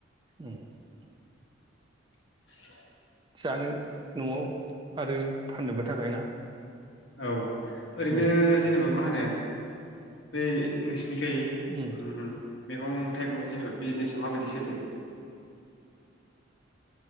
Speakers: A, on the right (about 25°); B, on the left (about 65°).
A: उम।
B: <unintelligible>
A: जानो न'आव आरो फाननोबो थाखाय ना?
B: औ ओरैनो
A: उम
B: जेनेबा मा होनो बै नोंसि निखै
A: उम
B: मैगं थाइगंनि जेनेबा बिजनेसा माबायदि सोलियो?